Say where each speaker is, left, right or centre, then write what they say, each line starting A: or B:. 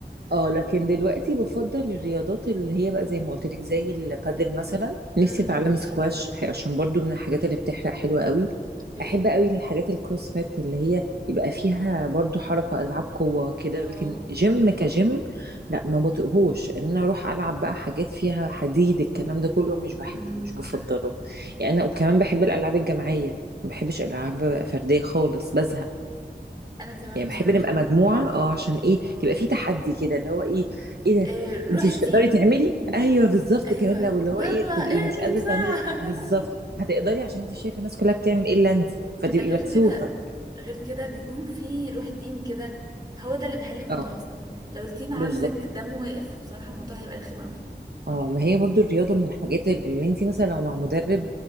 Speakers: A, on the right; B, on the right.
A: اه لكن دلوقتي بفضل الرياضات اللي هي بقى زي ما قلت لك زي البادل مثلا نفسي
B: امم
A: اتعلم سكواش عشان برضو من الحاجات اللي بتحرق حلوة قوي
B: اوكي
A: احب قوي الحاجات الكروسفيت اللي هي يبقى فيها برضو حركة العاب قوة كده
B: اه
A: لكن
B: اه
A: جيم كجيم لا ما بطيقهوش ان انا اروح العب بقى حاجات فيها حديد الكلام ده كله مش بحبه
B: امم
A: مش بفضله يعني انا وكمان بحب الالعاب الجماعية ما بحبش العاب فردية خالص بزهق
B: انا كمان
A: يعني
B: بصراحة
A: بحب نبقى مجموعة اه عشان ايه
B: اه
A: يبقى في تحدي كده اللي هو ايه ايه ده
B: إيه، روح
A: انت مش
B: التيم
A: تقدري تعملي ايوه بالظبط
B: ايوه
A: كمان لو اللي هو
B: يلا
A: ايه
B: ارمي
A: تبقي مش قادرة
B: بسرعة
A: تعملي بالظبط
B: <laughs>
A: هتقدري عشان انت شايفة الناس كلها بتعمل ايه الا انت فتبقي
B: غير
A: مكسوفة
B: كده غير كده بيكون في روح تيم كده هو ده اللي بيحل الموضوع
A: اه
B: اصلا لو التيم عندك
A: بالظبط
B: دمه واقف بصراحة الموضوع هيبقى رخم قوي
A: اه ما هي برضو الرياضة من الحاجات اللي انت مثلا لو مع مدرب